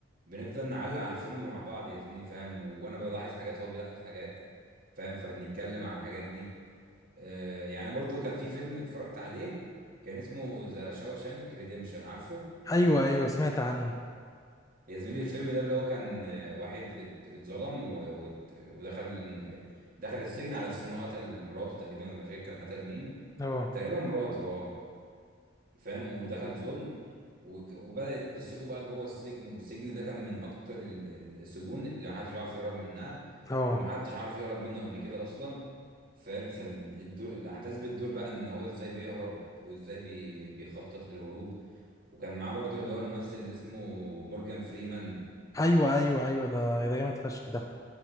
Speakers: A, on the right; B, on the left.
A: بنفضل نعلق على الفيلم مع بعض يا زميلي فاهم و- وانا بلاحظ حاجات وهو بيلاحظ حاجات فاهم فبنتكلم عن الحاجات دي آه يعني برضه كان في فيلم اتفرجت عليه كان اسمه ذا شاوشانك ريديمشن عارفه
B: ايوه ايوه سمعت عنه
A: يا زميلي الفيلم ده اللي هو كان آه، واحد ات- اتظلم و- وات- ودخل دخل السجن على اساس ان هو قتل مراته تقريبا ولا مش فاكر كان قتل مين
B: اه
A: تقريبا مراته اه فاهم ودخل ظلم وك- وبدأت قصته بقى جوه السجن والسجن ده كان من اكتر ال- ال- السجون اللي محدش بيعرف يهرب منها
B: اه
A: ومحدش عارف يهرب منه قبل كده اصلا فاهم فالاحداث بتدور بقى ان هو ازاي بيهرب وازاي بي- بيخطط للهروب وكان معاه برضو اللي هو الممثل اللي اسمه مورجان فريمان
B: ايوه ايوه ايوه ده ده جامد فشخ ده